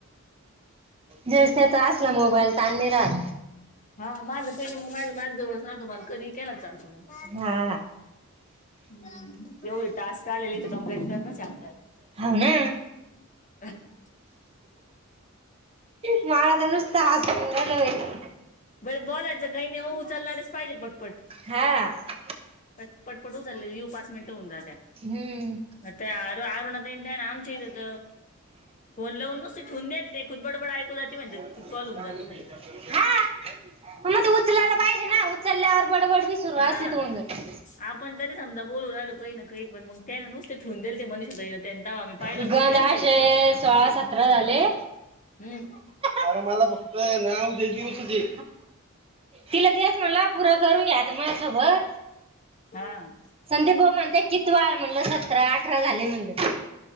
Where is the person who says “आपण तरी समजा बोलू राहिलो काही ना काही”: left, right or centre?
Left